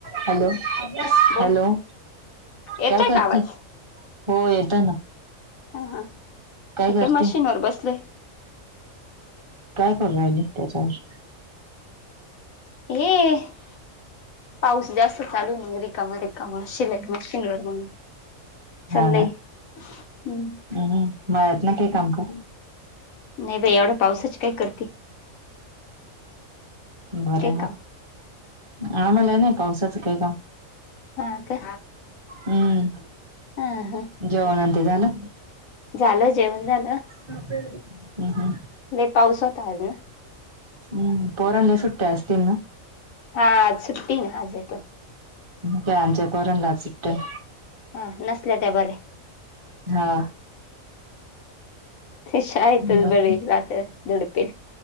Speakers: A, on the right (about 25°); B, on the left (about 80°).
A: Hello
B: बोल
A: hello
B: येतोय
A: काय करती?
B: का आवाज
A: हो येतं ना
B: हा हा
A: काय
B: हे
A: करते
B: का मशीनवर बसलोय
A: काय करू राहिली त्याच्यावच
B: ये पाऊस जास्त चालू आहे मग रिकामा रिकाम शिलाय मशीन वर मग. चाललंय
A: हा ना
B: हम्म.
A: हम्म मळ्यात ना काय काम का?
B: नाही बाई एवढ्या पावसाच काय करती.
A: बरय मग
B: काम
A: आम्हाला नाही पावसाचं काही काम.
B: हा का?
A: हम्म
B: हा हा.
A: जेवण अन ते झालं?
B: झालं जेवण झालं
A: हम्म हम्म.
B: नाही पाऊस होता आज ना.
A: हम्म पोरांले सुट्ट्या असतील ना?
B: हा आज सुुट्टी ना आज येतोय.
A: हम्म ते आमच्याही पोरांना आज सुट्टी आहे.
B: हा नसल्या त्या बरे
A: हा
B: तेशा येतच
A: बाकी
B: बरी रात्री दडपे